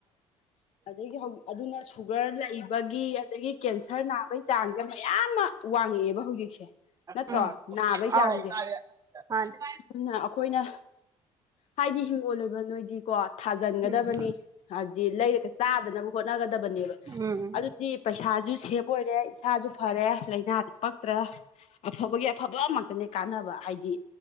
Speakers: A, on the left; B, on the right.
A: <inaudible> ꯑꯗꯒꯤ ꯍꯧꯖꯤꯛ ꯑꯗꯨꯅ ꯁꯨꯒꯔ ꯂꯩꯕꯒꯤ ꯑꯗꯒꯤ ꯀꯦꯟꯁꯔ ꯅꯥꯕꯒꯤ ꯆꯥꯡꯁꯦ ꯃꯌꯥꯝ ꯑꯃ꯫ ꯋꯥꯡꯉꯛꯑꯦꯕ ꯍꯧꯖꯤꯛꯁꯦ ꯅꯠꯇ꯭ꯔꯣ
B: ꯎꯝ
A: ꯅꯥꯕꯩ
B: ꯑꯥꯎ
A: ꯆꯥꯡꯗꯤ
B: ꯃꯥꯅꯦ
A: ꯑꯗꯨꯅ ꯑꯩꯈꯣꯏꯅ ꯍꯥꯏꯗꯤ ꯍꯤꯡꯒꯣꯜ ꯂꯩꯕ ꯅꯣꯏꯗꯤꯀꯣ ꯆꯟꯒꯗꯕꯅꯤ
B: ꯎꯝ
A: ꯍꯥꯏꯕꯗꯤ ꯂꯩꯔꯒ ꯇꯥꯗꯅꯕ ꯍꯣꯠꯅꯒꯗꯕꯅꯦꯕ
B: ꯎꯝ
A: ꯑꯗꯨ ꯗꯤ ꯄꯩꯁꯥꯁꯨ ꯁꯦꯞ ꯑꯣꯏꯔꯦ ꯏꯁꯥꯁꯨ ꯐꯔꯦ ꯂꯥꯏꯅꯥꯁꯨ ꯄꯛꯇ꯭ꯔꯦ꯫ ꯑꯐꯕꯒꯤ ꯑꯐꯕꯃꯛꯇꯅꯦ ꯀꯥꯟꯅꯕ ꯍꯥꯏꯗꯤ